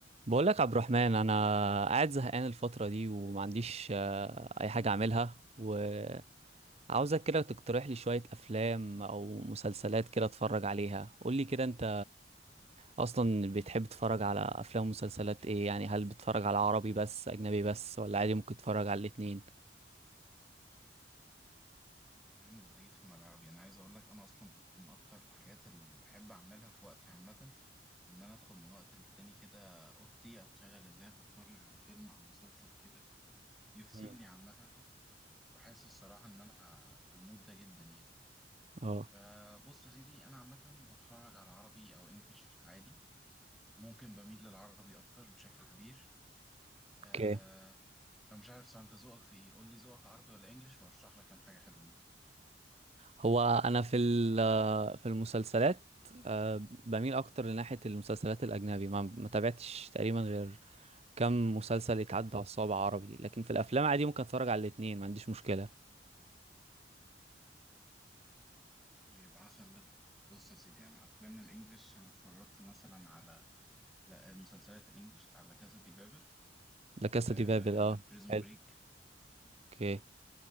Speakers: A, on the right; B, in the centre.
A: بقول لك عبد الرحمن انا قاعد زهقان الفتره دي وما عنديش آه، اي حاجه اعملها وعاوزك كده تقترح لي شويه افلام او مسلسلات كده اتفرج عليها قول لي كده انت اصلا بتحب تتفرج على افلام ومسلسلات ايه يعني هل بتتفرج على عربي بس اجنبي بس ولا عادي ممكن تتفرج على الاتنين
B: يا عم ده جيت في ملعبي انا عايز اقول لك انا اصلا من اكتر الحاجات اللي بحب اعملها في وقتي عامه ان انا ادخل من وقت للتاني كده اوضتي اشغل اللاب اتفرج على فيلم او مسلسل كده يفصلني
A: مم.
B: عامه بحس الصراحه ان انا في المود ده جدا يعني
A: اه
B: فبص يا سيدي انا عامه بتفرج على عربي او انجليش عادي ممكن بميل للعربي اكتر بشكل كبير آه،
A: اوكي
B: انا مش عارف سواء انت ذوقك في ايه قول لي ذوقك عربي ولا انجليش وارشح لك كام حاجه حلوين طيب
A: هو انا في ال- آه، في المسلسلات آه، بميل اكتر لناحيه المسلسلات الاجنبي ما ما تابعتش تقريبا غير كم مسلسل يتعدى على الصوابع عربي لكن في الافلام عادي ممكن اتفرج على الاثنين ما عنديش مشكله
B: طيب عسل ده بص يا سيدي يعني افلام الانجليش انا اتفرجت مثلا على لا المسلسلات الانجليش على كذا دي بابل
A: لا كاسا
B: آه
A: دي بابل اه
B: بريزون
A: حلو
B: بريك
A: اوكي